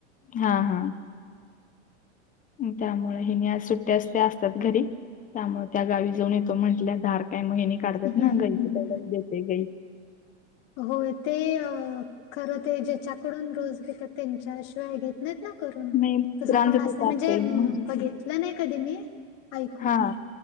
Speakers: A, on the left; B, on the left.
A: हा हा त्यामुळे हेनी आज सुट्टी आज त्या असतात घरी त्यामुळ त्या गावी जाऊन येतो म्हंटल्या धार काय म हेनी काढतात
B: हम्म
A: ना गई
B: हम्म
A: चं काय देते गई
B: होय ते खरं ते ज्याच्याकडून रोज घेतात त्यांच्याशिवाय घेत नाहीत ना करून
A: नाही कुत्रांचं
B: तस पाण असला
A: तसं
B: म्हणजे
A: असतंय म्हस
B: बघितला नाय कधी मी ऐकून
A: हा
B: आहे